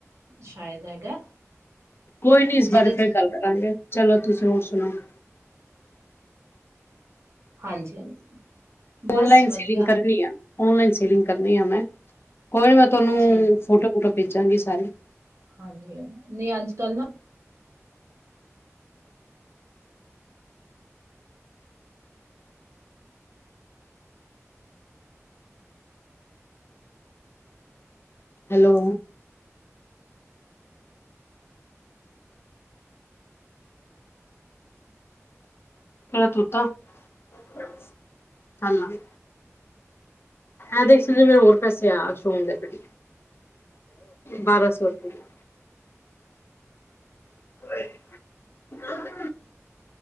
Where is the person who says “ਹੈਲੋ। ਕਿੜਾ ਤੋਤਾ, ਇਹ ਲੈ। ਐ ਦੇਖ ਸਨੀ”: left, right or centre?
Left